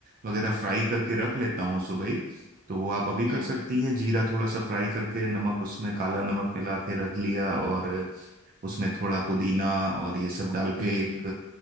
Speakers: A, on the right (about 40°); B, on the right (about 80°).
A: वगैरह फ्राई करके रख लेता हूँ सुबह ही तो वो आप अभी कर
B: हम्म
A: सकती
B: हम्म
A: हैं जीरा थोड़ा सा फ्राई करके नमक उसमें काला नमक मिला के रख लिया
B: हम्म
A: और उसमें थोड़ा पुदीना और ये सब डाल
B: हम्म
A: के एक